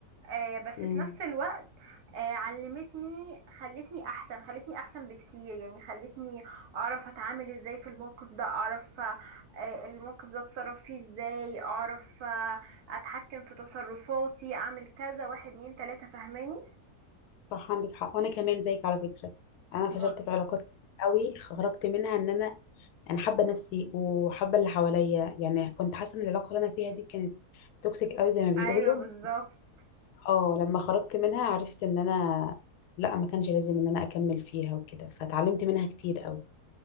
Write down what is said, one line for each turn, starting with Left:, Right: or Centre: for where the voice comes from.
Right: آه بس
Left: امم
Right: في نفس الوقت آه علمتني خلتني احسن خلتني احسن بكتير يعني خلتني اعرف اتعامل ازاي في الموقف ده اعرف آه الموقف ده اتصرف فيه ازاي اعرف آه اتحكم في تصرفاتي اعمل كذا واحد اتنين تلاته فاهماني
Left: صح عندك حق وانا كمان زيك على فكرة انا
Right: م-
Left: فشلت في علاقات كتير قوي خرجت منها ان انا انا حابة نفسي وحابة اللي حواليا يعني كنت حاسة ان العلاقة اللي انا فيها دي كانت توكسيك قوي زي ما بيقولوا
Right: ايوه بالظبط
Left: اه لما خرجت منها عرفت ان انا لا ما كانش لازم ان انا اكمل فيها وكده فتعلمت منها كتير قوي